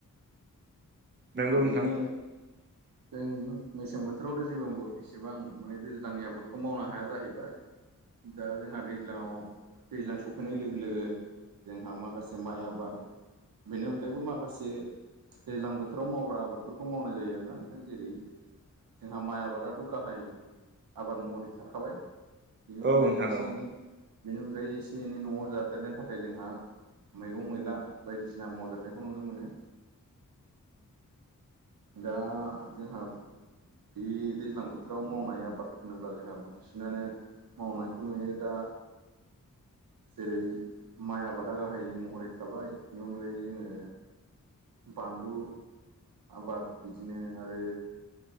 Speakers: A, on the right (about 35°); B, on the right (about 85°).
A: नंगौ
B: बिदिनो
A: <inaudible>
B: जों मेसें बोथोरावथ' जेबो इसेबां माने दैज्लांनि आबादखौ मावनो हाया जाहैबाय। दा जोंहा दैज्लाङाव दैज्लां सफैनाय लोगो लोगो जोंहा माखासे माइ आबाद। बेनि अनगायैबो माखासे दैज्लां बोथोर बोथोराव मावग्रा आबादफोरखौ मावनाय जायो आरोना ओंखाय जेरै- जोंहा माइ आबादाथ' गाहाय आबाद महरै थाखाबाय। बेनि अनगायै
A: औ नोंथां
B: एसे
A: औ
B: एनै बेनि अनगायै एसे एनै न'आव जादेरनो थाखाय जोंहा मैगं-मैला बायदिसिना मावदेरनायखौ नुनो मोनो। दा जोंहा बे दैज्लां बोथोराव मावनाय आबाद होनोब्ला जोंहा बांसिनानो मावनायखौ नुयो। दा जेरै- माइ आबादा गाहाइ महरै थाबाय। बेनि अनगायै जोङो बानलु, आबाद बिदिनो आरो